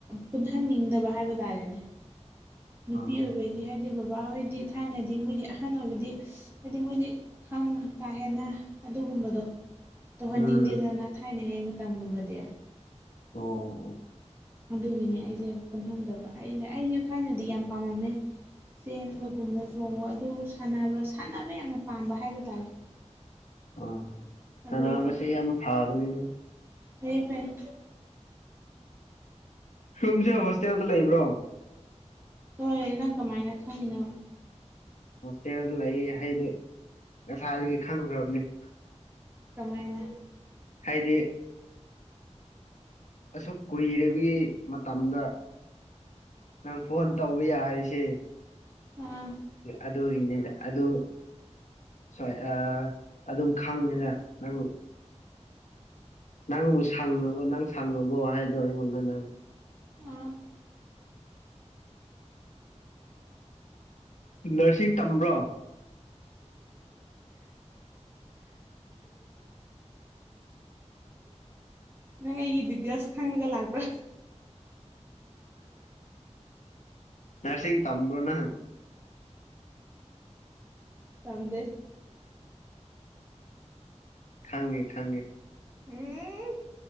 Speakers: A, on the right; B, on the left.
A: ꯄꯨꯟꯍꯟꯅꯤꯡꯗꯕ ꯍꯥꯏ ꯇꯥꯔꯦꯅꯦ ꯅꯨꯄꯤ
B: ꯑꯥ
A: ꯑꯣꯏ ꯍꯥꯏꯗꯤ ꯕꯕꯥ ꯍꯣꯏꯗꯤ ꯊꯥꯏꯅꯗꯤ ꯃꯣꯏꯗꯤ ꯑꯍꯟ ꯑꯣꯏꯕꯗꯤ ꯍꯥꯏꯗꯤ ꯃꯣꯏꯗꯤ ꯈꯥꯡ ꯀꯥ ꯍꯦꯟꯅ ꯑꯗꯨꯝ ꯑꯗꯨꯒꯨꯝꯕꯗꯣ ꯇꯧꯍꯟꯅꯤꯡꯗꯦꯗꯅ
B: ꯎꯝ
A: ꯊꯥꯏꯅꯉꯩ ꯃꯇꯝꯒꯨꯝꯕꯗꯤ
B: ꯑꯣ
A: ꯑꯗꯨꯒꯤꯅꯦ ꯑꯩꯁꯦ ꯄꯨꯟꯐꯝꯗꯕ ꯑꯩꯅ ꯑꯩꯁꯦ ꯊꯥꯏꯅꯗꯤ ꯌꯥꯝ ꯄꯥꯝꯃꯝꯃꯦ ꯆꯦꯟꯕꯒꯨꯝꯕ ꯆꯣꯡꯕ ꯑꯗꯨ ꯁꯥꯟꯅꯕ ꯁꯥꯟꯅꯕ ꯌꯥꯝꯅ ꯄꯥꯝꯕ ꯍꯥꯏꯕ ꯇꯥꯔꯦ
B: ꯑ ꯀꯅꯥꯕꯁꯦ
A: ꯑꯗꯨꯒ
B: ꯌꯥꯝ ꯐꯥꯕꯅꯦ
A: ꯐꯩꯌꯦ ꯐꯩꯌꯦ
B: ꯁꯨꯝꯁꯦ ꯍꯣꯁꯇꯦꯜꯗ ꯂꯩꯕ꯭ꯔꯣ
A: ꯍꯣꯏ ꯅꯪ ꯀꯃꯥꯏꯅ ꯈꯪꯉꯤꯅꯣ
B: ꯍꯣꯁꯇꯦꯜ ꯂꯩ ꯑꯩꯩꯗꯨꯣ ꯉꯁꯥꯏꯗꯒꯤ ꯈꯪꯈ꯭ꯔꯕꯅꯤ
A: ꯀꯃꯥꯏꯅ
B: ꯍꯥꯏꯗꯤ ꯑꯁꯨꯛ ꯀꯨꯏꯒꯤ ꯃꯇꯝꯗ ꯅꯪ ꯐꯣꯟ ꯇꯧꯕ ꯌꯥꯔꯤꯁꯦ
A: ꯑꯥ
B: ꯑꯗꯨꯒꯤꯅꯤꯗ ꯑꯗꯨ ꯁꯣꯏ ꯑꯗꯨꯝ ꯈꯪꯉꯦꯅꯦ ꯅꯪ ꯅꯪꯕꯨ ꯁꯥꯡꯅꯕꯕ ꯅꯪ ꯁꯥꯡꯅꯕꯕꯣ ꯍꯥꯏꯗꯣ ꯑꯩꯃꯣꯟ ꯃꯅꯨꯡꯅ <inaudible>
A: ꯑꯥ
B: ꯅꯔꯁꯤꯡ ꯇꯝꯕ꯭ꯔꯣ
A: ꯅꯪ ꯑꯩꯒꯤ ꯗꯤꯇꯦꯜꯁ ꯈꯪꯉꯒ ꯂꯥꯛꯄ꯭ꯔꯥ
B: ꯅꯔꯁꯤ ꯇꯝꯕ꯭ꯔꯣꯅ
A: ꯇꯝꯗꯦ
B: ꯈꯪꯉꯤ ꯈꯪꯉꯤ
A: ꯎꯝ